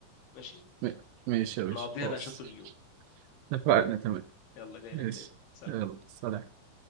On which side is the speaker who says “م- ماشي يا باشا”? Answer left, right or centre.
Right